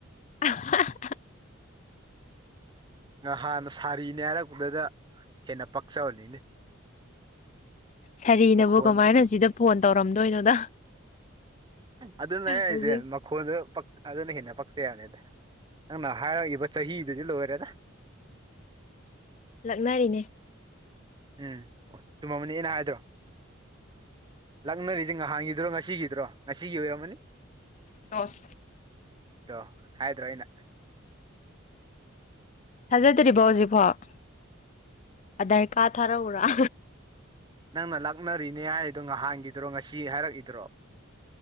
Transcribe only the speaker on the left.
<unintelligible>
ꯁꯥꯔꯤꯅꯕꯨꯣ
ꯀꯃꯥꯏꯅ ꯁꯤꯗ ꯐꯣꯟ ꯇꯧꯔꯝꯗꯣꯏꯅꯣꯗ
ꯍꯧꯖꯤꯛ
ꯂꯛꯅꯔꯤꯅꯦ
ꯇꯣꯁ
ꯊꯥꯖꯗ꯭ꯔꯤꯕꯣ ꯍꯧꯖꯤꯛꯐꯥꯎ ꯑꯙꯔ ꯀꯥꯔꯗ ꯊꯥꯔꯛꯎꯔꯥ